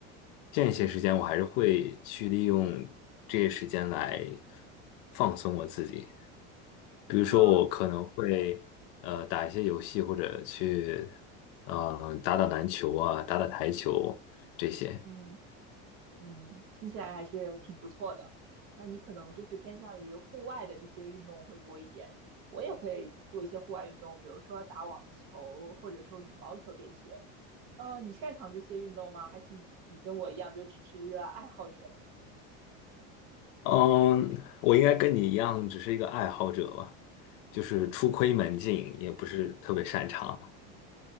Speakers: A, on the left; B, on the right.
A: 间歇时间，
B: 嗯，
A: 我还是会去利用这些时间来放松我自己。比如说，
B: 呃，
A: 我可能会呃打一些游戏，或者去呃打打篮球啊，打打台球这些。
B: 嗯。嗯，听起来还是挺不错的。那你可能就是偏向于户外的这些运动会多一点。我也会做一些户外运动，比如说打网球或者说羽毛球这些。呃，你擅长这些运动吗？还是你你跟我一样就只是一个爱好者？
A: 嗯，我应该跟你一样，只是一个爱好者吧，就是初窥门径，也不是特别擅长。